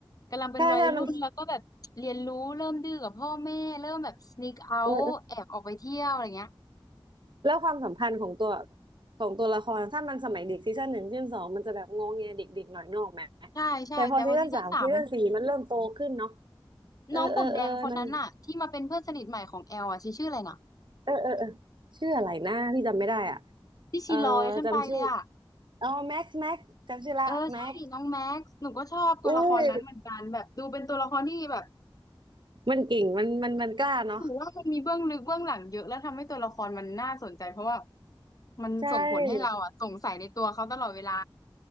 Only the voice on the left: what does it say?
กำลังเป็นวัยรุ่นแล้วก็แบบเรียนรู้เริ่มดื้อกับพ่อแม่เริ่มแบบ
sneak out
แอบออกไปเที่ยวอะไรเงี้ย
ใช่ใช่แต่พอซีซั่นสาม
น้องผมแดงคนนั้นอ่ะที่มาเป็นเพื่อนสนิทใหม่ของแอลอ่ะชื่อชื่ออะไรนะ
ที่ชีลอยขึ้นไปเลยอ่ะ
เออใช่น้องแม็กซ์หนูก็ชอบตัวละครนั้นเหมือนกันแบบดูเป็นตัวละครที่แบบ
ถือว่ามันมีเบื้องลึกเบื้องหลังเยอะแล้วทำให้ตัวละครมันน่าสนใจเพราะว่ามันส่งผลให้เราอ่ะสงสัยในตัวเขาตลอดเวลา